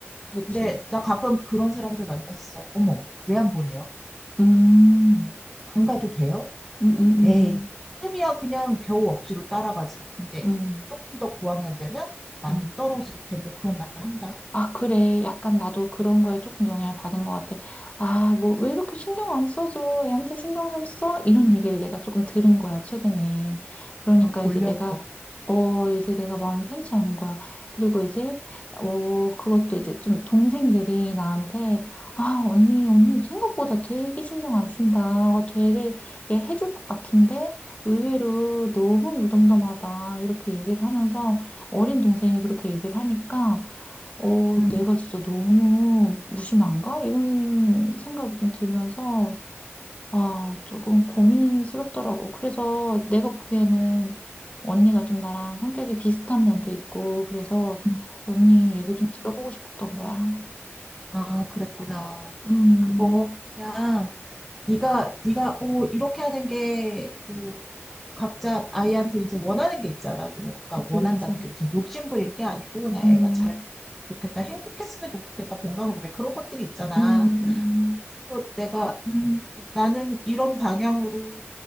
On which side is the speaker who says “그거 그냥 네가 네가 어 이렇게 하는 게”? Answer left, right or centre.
Centre